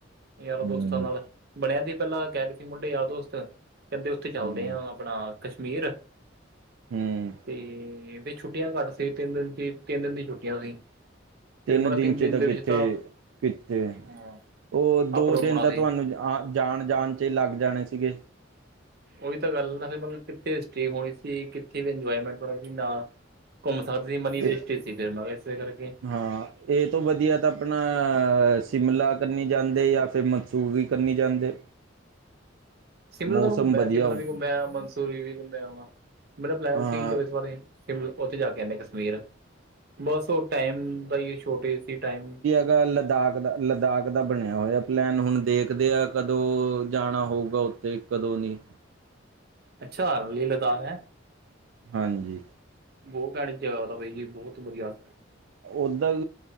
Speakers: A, on the right; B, on the right.
A: ਯਾਰਾਂ ਦੋਸਤਾਂ
B: ਹੂੰ
A: ਨਾਲ਼, ਬਣੇਆ ਸੀ ਪੈਲਾਂ ਕੇ ਰਏ ਸੀ ਮੁੰਡੇ ਯਾਰ ਦੋਸਤ ਏ ਕੈਂਦੇ ਓਥੇ ਚਾਲਦੇ
B: ਹੂੰ
A: ਆ ਆਪਣਾ ਕਸ਼ਮੀਰ,
B: ਹੂੰ
A: ਤੇ ਛੁੱਟੀਆਂ ਘੱਟ ਸੀ ਤਿੰਨ ਦਿਨ ਚ, ਤਿੰਨ ਦਿਨ ਦੀ ਛੁੱਟੀਆਂ ਸੀ। ਫਿਰ
B: ਤਿੰਨ
A: ਮੈਂ ਕਿਹਾ
B: ਦਿਨ, ਚ ਤਾਂ
A: ਦੇ
B: ਕਿੱਥੇ,
A: ਵਿੱਚ
B: ਕਿੱਥੇ
A: ਅ
B: ਓ ਦੋ
A: ਅਪ ਡਾਊਨ
B: ਦਿਨ
A: ਹੋਣਾ
B: ਤਾਂ
A: ਸੀ
B: ਤੁਹਾਨੂੰ ਆ ਜਾਣ, ਜਾਣ ਚੇਈ ਲੱਗ ਜਾਣੇ ਸੀਗੇ।
A: ਓਹੀ ਤਾਂ ਗੱਲ ਆ ਨਾ ਫੇਰ ਮਤਲਬ ਕਿੱਥੇ ਸਟੇ ਹੋਣੀ ਸੀ, ਕਿੱਥੇ ਵੀ ਇੰਜੋਈਮੇਂਟ ਹੋਣਾ ਸੀ। ਨਾ ਘੁੰਮ ਸਕਦੇ ਸੀ ਮਨੀ
B: ਤੇ
A: ਵੇਸਟੇਜ ਸੀ, ਫਿਰ ਮੈਂ ਇਸੇ ਕਰਕੇ
B: ਹਾਂ। ਏ ਤੋਂ ਵਦੀਆ ਤਾਂ ਆਪਨਾ, ਸਿਮਲਾ ਕਨੀ ਜਾਂਦੇ, ਯਾ ਫਿਰ ਮਨਸੂਰੀ ਕਨੀ ਜਾਂਦੇ।
A: <inaudible> ਸਿਮਲਾ
B: ਮੌਸਮ
A: ਤਾਂ ਮੈਂ ਘੁੰਮ ਆਯਾ
B: ਵਧੀਆ
A: ਸਿਮਲਾ ਵੀ ਘੁੰਮੇਆ ਮਨਸੂਰੀ ਵੀ ਘੁੰਮੇਆ ਵਾ, ਮੇਰਾ ਪਲੈਨ
B: ਅ
A: ਸੀ ਚਲੋ ਇਸ ਵਾਰੀ। ਸਿਮਲ ਓਥੇ ਜਾ ਕੇ ਆਂਦੇ ਕਸਮੀਰ, ਬਸ ਓ ਟਾਈਮ, ਦਾ ਈਸੂ਼ ਸੋ਼ਟੇਜ ਸੀ ਟਾਈਮ।
B: ਲ, ਲਦਾਕ ਦਾ ਲਦਾਕ ਦਾ, ਬਣੇਆ ਹੋਏਆ ਪਲੈਨ ਹੂਣ ਦੇਖਦੇ ਆਂ ਕਦੋਂ, ਜਾਣਾ ਹੋਊਗਾ ਓਥੇ। ਕਦੋਂ ਨੀ
A: ਅੱਛਾ ਲੀ ਲਦਾਕ ਹੈ
B: ਹਾਂਜੀ
A: ਬਹੁਤ <unintelligible> ਬਾਈ ਜੀ ਬਹੁਤ ਵਧੀਆ।
B: ਉੱਧਰ